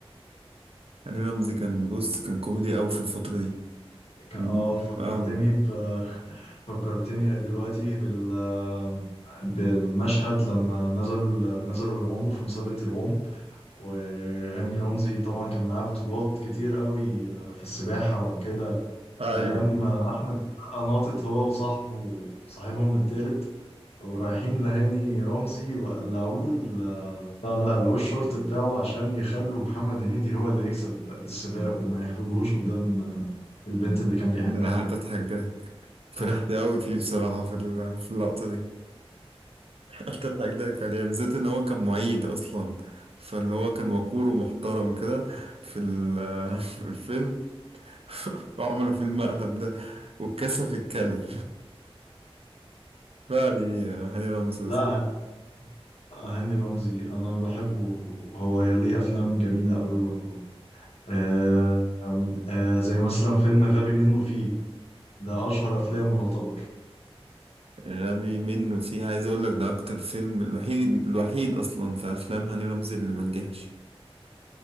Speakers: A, on the right (about 70°); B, on the left (about 80°).
A: هاني رمزي كان بص كان كوميدي قوي في الفترة دي
B: كان
A: كان
B: اه
A: مخفف
B: فكرتني
A: قوي
B: ب... فكرتني دلوقتي بال آه، بالمشهد لما نزل نزلوا يعوموا في مسابقة العوم وهاني رمزي طبعا كان معاه بطولات كتير قوي آه، في السباحة وكده فقام
A: ايوه
B: آه، أحمد السقا ناطط هو وصاحبه صاحبهم التالت ورايحين لهاني رمزي وقلعوه ال- آه، بتاع ده قلعوه الشورت بتاعه عشان يخلوا محمد هنيدي هو اللي يكسب السباق وما يحرجوهوش قدام آه، البنت اللي كان بيحبها
A: ده انا قعدت اضحك ضحك فرحت
B: <laughs>
A: قوي فيه بصراحة في ال- في اللقطة دي قعدت اضحك ضحك عليه بالذات ان هو كان معيد اصلا فاللي هو كان وقور ومحترم كده في ال- <laughs> في الفيلم <laughs> وعملوا فيه المقلب ده واتكسف يتكلم <laughs> فعلا هاني رمزي
B: لا
A: اصلا
B: هاني رمزي أنا بحبه هو ليه أفلام جميلة قوي برضه آه أم- آه زي مثلا فيلم غبي منه فيه ده أشهر أفلامه يعتبر
A: غبي منه فيه عايز اقول لك ده اكتر فيلم الوحيد الوحيد اصلا في افلام هاني رمزي اللي منجحش